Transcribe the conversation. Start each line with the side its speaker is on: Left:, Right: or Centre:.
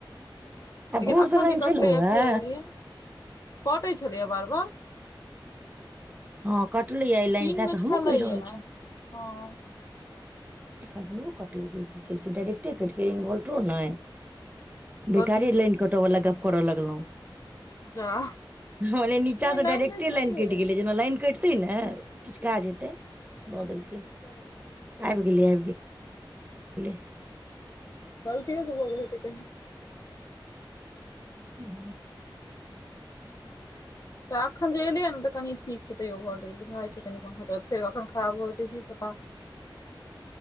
Left: लेकिन
Right: भोर
Left: अखन
Right: से लाइन
Left: जे कटलैया
Right: छलौए
Left: फेर एलै या कटै छलैया बार बार
Right: हँ कटलै या आई लाइन
Left: दिनमे
Right: से
Left: छलैए
Right: तऽ हमहु कहि रहल छीयौ
Left: हँ
Right: एखन हमरो कटलै गै कि केलकै इभौटरो नाय बेकारे
Left: कथी
Right: लाइन कट बला गप करऽ लगलौं
Left: जा
Right: मने नीचास
Left: नहि
Right: स
Left: लाइन
Right: डायरेक्टे
Left: दै छलैये
Right: लाइन कटि गेलै जेना लाइन कैटतै ने किछु काज हेतै दऽ देलकै
Left: चलू ह <unintelligible>
Right: आबि गेलियै आबि गेल एलै
Left: गलतीओ स भ गेल हेतै कही
Right: हूँ
Left: तऽ एखन जे एलियै ने तऽ कनि ठीक छै तैयो भौलटेज बुझाइ छै कनि पंखा चलै फेर एखन खराब भ जेतै की पता।